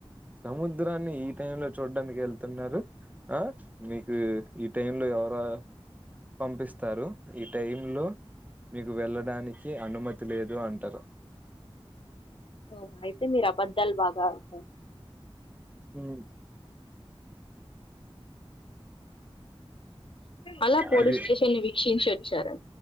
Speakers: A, on the right (about 15°); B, on the left (about 60°).
A: సముద్రాన్ని ఈ టైంలో చూడ్డానికెళ్తున్నారు. అ మీకు ఈ టైమ్ లో ఎవరా? పంపిస్తారు ఈ టైమ్ లో మీరు వెళ్ళడానికి అనుమతి లేదు అంటారు.
B: ఒ అయితే మీరు అబద్దాల్ బాగా త
A: హ్మ్మ్
B: అలా పోలీస్
A: అది
B: స్టేషన్ని వీక్షించి వచ్చార